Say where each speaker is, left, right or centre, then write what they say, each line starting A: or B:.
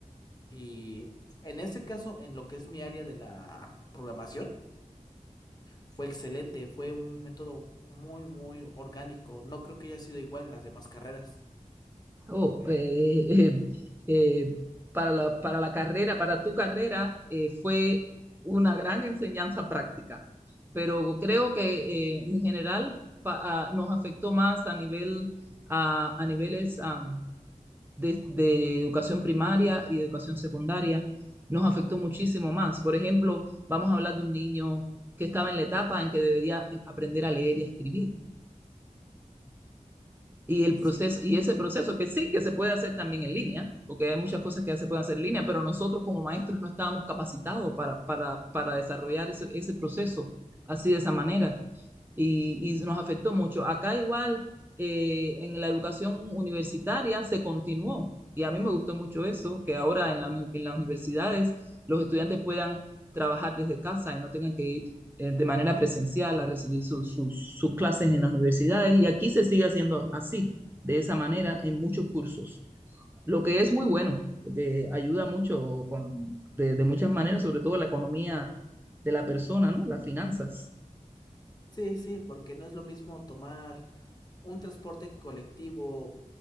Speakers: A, on the left; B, on the right.
A: y en este caso, en lo que es mi área de la programación, fue excelente, fue un método muy, muy orgánico. No creo que haya sido igual en las demás carreras.
B: Oh, eh, <laughs> eh, eh, para la, para la carrera, para tu carrera, eh, fue una gran enseñanza práctica, pero creo que eh, en general pa- ah, nos afectó más a nivel, a a niveles am, de, de educación primaria y educación secundaria, nos afectó muchísimo más. Por ejemplo, vamos a hablar de un niño que estaba en la etapa en que debería eh, aprender a leer y a escribir y
A: Mm,
B: el
A: Sí.
B: proceso, y ese proceso que sí, que se puede hacer también en línea, porque hay muchas cosas que ya se pueden hacer en línea, pero nosotros como maestros no estábamos capacitados para, para, para desarrollar ese, ese proceso así de esa manera y, y nos afectó mucho. Acá igual, eh, en la educación universitaria se continuó y a mí me gustó mucho eso, que ahora en, la, en las universidades los estudiantes puedan trabajar desde casa y no tengan que ir eh, de manera presencial a recibir su, su, sus clases en las universidades. Y aquí se sigue haciendo así, de esa manera, en muchos cursos, lo que es muy bueno, porque ayuda mucho con, de, de muchas maneras, sobre todo la economía de la persona, ¿no? Las finanzas.
A: Sí, sí, porque no es lo mismo tomar un transporte colectivo